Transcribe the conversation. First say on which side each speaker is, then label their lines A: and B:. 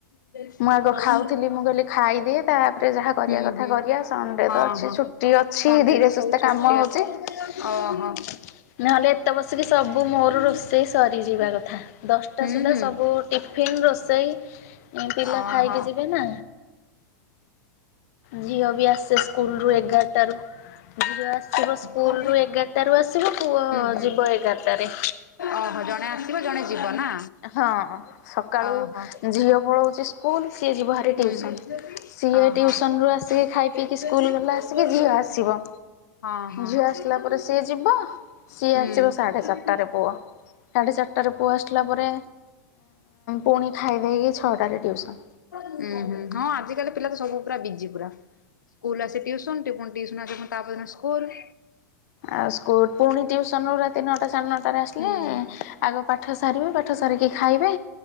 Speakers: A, on the left (about 80°); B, on the left (about 55°).
A: କଲେଜ
B: ମୁଁ ଆଗ ଖାଉଥିଲି ମୁଁ କହିଲି ଖାଇଦିଏ ତାପରେ ଯାହା କରିବା
A: ହୁଁ
B: କଥା
A: ହୁଁ
B: କରିବା ସଡେ
A: ହଁ
B: ତ ଅଛି
A: ହଁ
B: ଛୁଟି ଅଛି। ଛି
A: ସଣ୍ଡେ
B: ଧୀରେ
A: ତ ସବୁ
B: ସୁସ୍ଥ
A: ଛୁଟି
B: କାମ ହଉଛି
A: ଅଛି
B: ନହେଲେ
A: ଓହୋ।
B: ଭାତ ବସିକି ସବୁ
A: ହୁଁ
B: ମୋର
A: ହୁଁ
B: ରୋଷେଇ
A: ଓହୋ
B: ସରିଯିବା କଥା। ଦଶଟା
A: ହୁଁ
B: ସୁଦ୍ଧା
A: ହୁଁ।
B: ସବୁ ଟିଫିନ୍ ରୋଷେଇ ଏ ପିଲା
A: ଓହୋ
B: ଖାଇକି ଯିବେ ନା। ଝିଅ ବି ଆସେ ସ୍କୁଲ ରୁ ଏଗାରଟା ରୁ ଯିବ ଆସିବ ସ୍କୁଲରୁ
A: ହୁଁ
B: ଏଗାରଟାରୁ ଆସିବ ପୁଅ
A: ହୁଁ।
B: ଯିବ ଏଗାରଟାରେ।
A: ଓହୋ ଜଣେ ଆସିବ ଜଣେ ଯିବ ନା।
B: ହଁ ସକାଳୁ
A: ଓହୋ
B: ଝିଅ ପଳାଉଛି ସ୍କୁଲ ସିଏ ଯିବା ହାଁ
A: ହୁଁ
B: ଟିୟୁସନ
A: ହୁଁ
B: ରୁ ସିଏ
A: ଓହୋ।
B: ଟିଉସନ ରୁ ଆସିକି
A: ହଁ
B: ଖାଇ ପିଇକି ସ୍କୁଲ ଗଲା ଆସି ଝିଅ ଆସିବ।
A: ହଁ।
B: ଝିଅ
A: ହୁଁ
B: ଆସିଲା
A: ଓହୋ।
B: ପରେ ସିଏ ଯିବ ସିଏ
A: ହୁଁ ହୁଁ
B: ଆସିବ ସାଢେ ଚାରିଟାରେ ପୁଅ। ସାଢେ ଚାରିଟାରେ ପୁଅ ଆସିଲା ପରେ ପୁଣି ଖାଇଦେଇକି ଛଅଟାରେ ଟିଉସନ।
A: ହୁଁ ହୁଁ ହଁ ଆଜିକାଲି ପିଲା ତ ସବୁ ପୁରା ବିଜି ପୁରା। ସ୍କୁଲ ଆସେ ଟ୍ୟୁସନ୍ ଟିକ ପୁଣି ଟ୍ୟୁସନ୍ ଆସଁ ତାପ ସ୍କୋଲ।
B: ଆଉ ସ୍କୁଲ ପୁଣି ଟିଉସନରୁ ରାତି ନଅଟା ସାଢ଼େ ନଅଟା ସ୍ତାରେ ଆସିଲେ
A: ହୁଁ।
B: ଆଗ ପାଠ ସାରିବେ ପାଠ ସାରିକି ଖାଇବେ